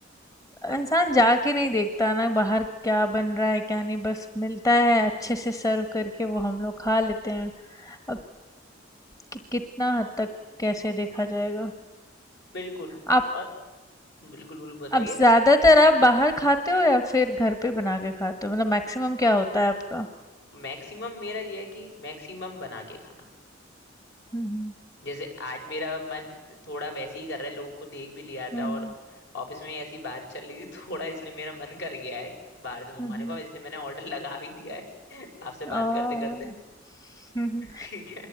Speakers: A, on the left; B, on the left.
A: इंसान जाके नहीं देखता ना बाहर क्या बन रहा है क्या नहीं बस मिलता है अच्छे से सर्व करके वो हम लोग खा लेते हैं अब कि, कितना हद तक कैसे देखा जाएगा
B: बिल्कुल
A: आप
B: और बिल्कुल बिल्कुल बताइए
A: अब ज्यादातर आप बाहर खाते हो या फिर घर पे बना के खाते हो मतलब मैक्सिमम क्या होता है आपका
B: मैक्सिमम मेरा ये है कि मैक्सिमम बना के खाना
A: हम्म
B: जैसे आज मेरा मन थोड़ा वैसे ही कर रहा है लोगों को देख भी लिया
A: हम्म
B: था और ऑफिस में ऐसी बात चल रही थी <laughs> थोड़ा इसलिए मेरा मन कर गया है बाहर से मंगवाने
A: हम्म
B: का इसलिए मैंने ऑर्डर लगा भी दिया है <laughs> आपसे
A: और
B: बात करते करते
A: हम्म
B: ठीक